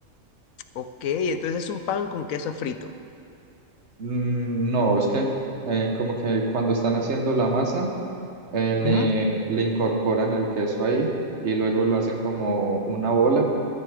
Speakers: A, on the left (about 80°); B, on the right (about 55°).
A: Ok, entonces es un pan con queso frito.
B: Mm, No, es que eh, como que cuando están haciendo la masa, eh, le,
A: Ujú.
B: le incorporan el queso ahí y luego lo hacen como una bola,